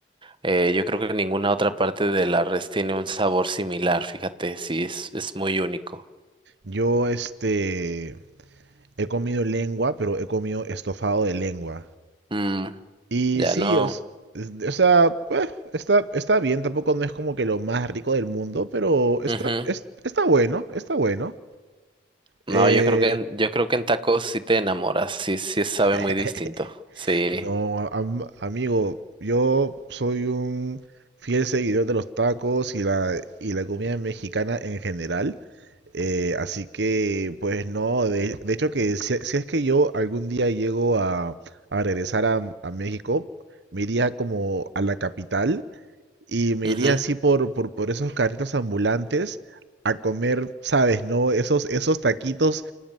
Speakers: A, on the right (about 25°); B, on the right (about 65°).
A: Eh, yo creo que ninguna otra parte de la res tiene un sabor similar, fíjate, sí, es, es muy único.
B: Yo, este, he comido lengua, pero he comido estofado de lengua.
A: Mm,
B: Y
A: ya
B: sí,
A: no.
B: os- es- o, sea, eh, está, está bien, tampoco no es como que lo más rico del mundo, pero está,
A: ujú.
B: es- está bueno, está bueno.
A: No,
B: Eh,
A: yo creo que en- yo creo que en tacos sí te enamoras, sí, sí sabe
B: <laughs>
A: muy distinto. Sí.
B: no, am- amigo, yo soy un fiel seguidor de los tacos y la, y la comida mexicana en general. Eh, así que, pues no, de, de hecho que si, si es que yo algún día llego a, a regresar a, a México, me iría como a la capital y me
A: ujú,
B: iría así por, por, por esos carritos ambulantes a comer, ¿sabes? ¿No? Esos, esos taquitos